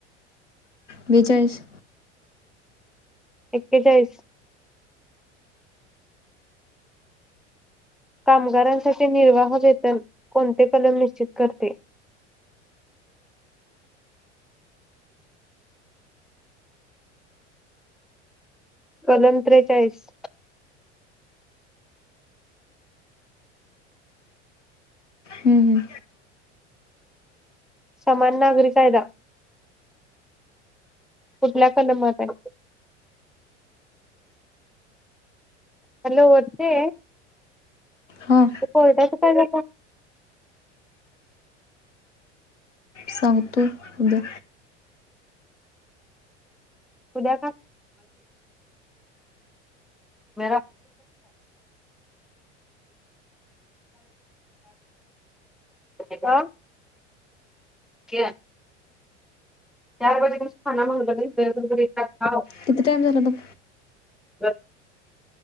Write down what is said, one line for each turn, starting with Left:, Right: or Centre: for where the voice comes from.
Left: बेचाळीस
Centre: एकेचाळीस कामगारांसाठी निर्वाह वेतन कोणते कलम निश्चित करते. कलम त्रेचाळीस
Left: हं, हं.
Centre: समान नागरी कायदा कुठल्या कलमात आहे. हॅलो वर्षे
Left: हां
Centre: ते कोर्टाच् काय झालं.
Left: सांगतो उद्या..
Centre: उद्या का? म <inaudible> <inaudible> क <unintelligible> चार वाजे त खाना म्हगलं घ टा
Left: किती टाइम झाला बघा.
Centre: ब